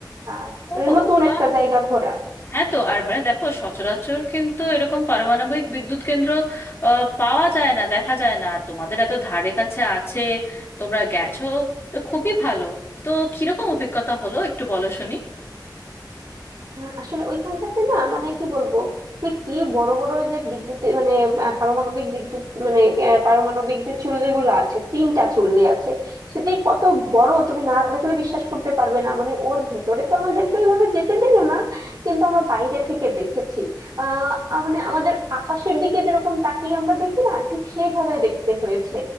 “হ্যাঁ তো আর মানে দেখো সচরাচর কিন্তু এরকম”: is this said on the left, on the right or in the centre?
Left